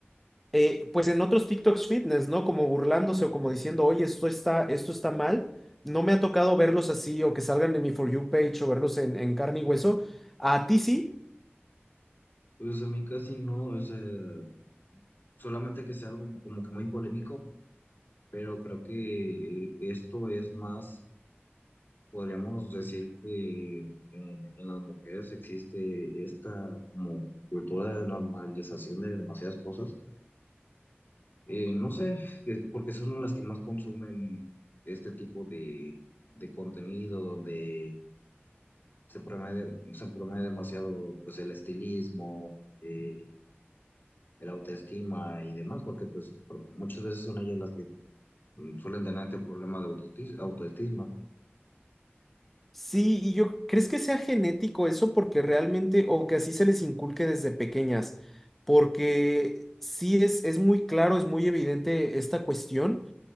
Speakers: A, in the centre; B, on the left.
A: eh, pues en otros TikToks fitness, ¿no? Como burlándose o como diciendo, oye, esto está, esto está mal. No me ha tocado verlos así o que salgan de mi For You page o verlos en, en carne y hueso. A ti sí.
B: Pues a mí casi no, es, eh, solamente que sea algo como que muy polémico, pero creo que eh, esto es más Podríamos decir que eh, en las mujeres existe esta como cultura de normalización de demasiadas cosas. Eh, no sé, eh, porque son las que más consumen este tipo de, de contenido donde se promueve, se promueve demasiado pues el estilismo, eh, el autoestima y demás, porque pues pro- muchas veces son ellas las que mm, suelen tener este problema de autoesti- autoestima.
A: Sí, y yo, ¿crees que sea genético eso? Porque realmente, o que así se les inculque desde pequeñas, porque sí es, es muy claro, es muy evidente esta cuestión,